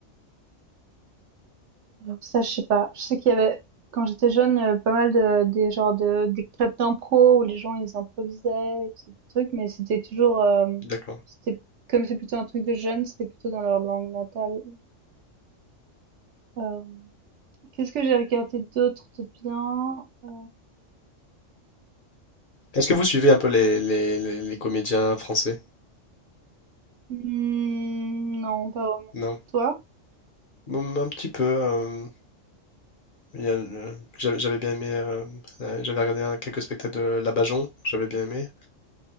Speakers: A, on the right; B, on the left.
A: Alors ça, je sais pas. Je sais qu'il y avait, quand j'étais jeune, il y avait pas mal de, des genres de, des clubs d'impro où les gens, ils improvisaient, et tout ce truc, mais c'était toujours, euh,
B: D'accord.
A: c'était, comme c'est plutôt un truc de jeunes, c'était plutôt dans leur langue natale. Euh, qu'est-ce que j'ai regardé d'autre de bien? Euh,
B: Est-ce que vous suivez un peu les, les- les- les comédiens français?
A: hmm, non, pas vraiment.
B: Non.
A: Toi?
B: Mm, Un petit peu. euh, Il y a le- J'avais j'avais bien aimé, euh, euh, j'avais regardé un- quelques spectacles de Labajon, j'avais bien aimé.